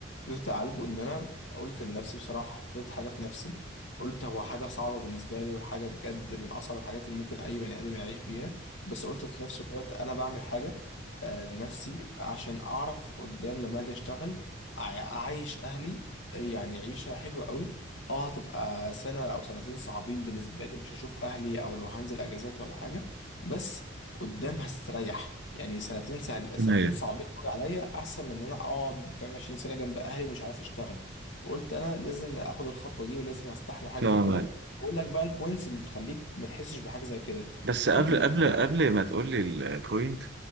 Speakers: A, on the left (about 80°); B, on the right (about 60°).
A: قدرت اعالجه ان انا قلت لنفسي بصراحه حطيت حاجه في نفسي قلت هو حاجه صعبه بالنسبه لي وحاجه بجد من اصعب الحاجات اللي ممكن اي بني ادم يعيش بيها بس قلت في نفس الوقت انا بعمل حاجه آه، لنفسي عشان اعرف قدام لما اجي اشتغل أع- اعيش اهلي آه، يعني عيشه حلوه قوي اه هتبقى سنه او سنتين صعبين بالنسبه لي مش هشوف اهلي او لو هنزل اجازات ولا حاجه بس قدام هستريح يعني سنتين سهل
B: <clears throat>
A: سنتين صعبين قوي عليا احسن من ان انا اقعد فاهم 20 سنه جنب اهلي ومش عارف اشتغل فقلت انا لازم اخد الخطوه دي ولازم استحمل
B: <laughs>
A: حاجه
B: تمام
A: زي كده اقول لك بقى البوينتس اللي تخليك ما تحسش بحاجه زي كده
B: بس قبل
A: انت لما
B: قبل قبل ما تقول لي البوينت